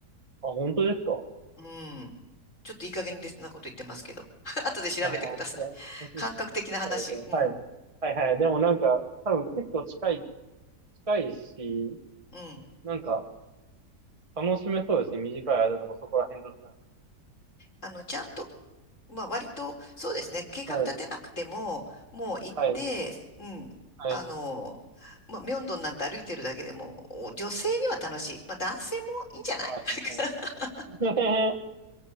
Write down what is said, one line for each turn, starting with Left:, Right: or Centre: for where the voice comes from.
Right: あ、本当ですかは
Left: うん。ちょっといい加減でなこと言ってますけど。<laughs> 後で調べてください。
Right: いはい。あ、じゃあ、
Left: 感覚的な話。
Right: そうですね。
Left: うん、
Right: はい。はいはい。でもなんか、多分結構近い、近いし、
Left: うん。
Right: なんか、楽しめそうですね。短い間でもそこら辺だったら。
Left: あの、ちゃんとまあ、割と、そうですね、計画立てなくても、
Right: はい。
Left: もう行って、
Right: はい。
Left: うん、
Right: はい。
Left: あの、まあ、ミョンドンなんて歩いてるだけでも、お女性には楽しい。まあ、男性もいいんじゃない
Right: はいはいはい。
Left: <laughs>
Right: <laughs>